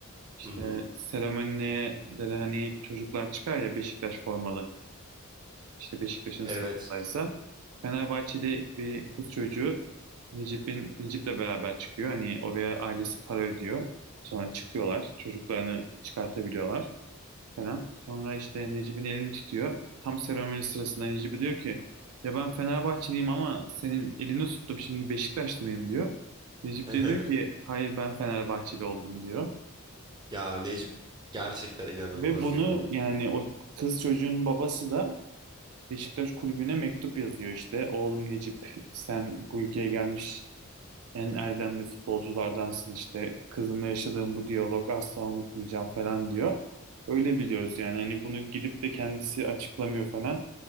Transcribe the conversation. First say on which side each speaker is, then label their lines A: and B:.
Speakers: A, on the right; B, on the right.
A: İşte
B: Hı hı,
A: seremoniye de de hani çocuklar çıkar ya Beşiktaş formalı. İşte Beşiktaş'ın
B: Evet.
A: stadındaysa Fenerbahçeli bir kız çocuğu Necip'in Necip'le beraber çıkıyor. Hani oraya ailesi para ödüyor. Sonra çıkıyorlar. Çocuklarını çıkartabiliyorlar falan. Sonra işte Necip'in elini tutuyor. Tam seremoni sırasında Necip'i diyor ki ya ben Fenerbahçeliyim ama senin elini tuttum şimdi Beşiktaşlı mıyım diyor. Necip
B: <laughs>
A: de diyor ki hayır ben Fenerbahçeli oldum diyor.
B: Ya Necip gerçekten inanılmaz
A: Ve bunu
B: bir oyuncu.
A: yani
B: ya.
A: o kız çocuğun babası da Beşiktaş kulübüne mektup yazıyor işte. Oğlum Necip sen bu ülkeye gelmiş en erdemli futbolculardansın işte. Kızımla yaşadığım bu diyalog asla unutmayacağım falan diyor. Öyle biliyoruz yani hani bunu gidip de kendisi açıklamıyor falan.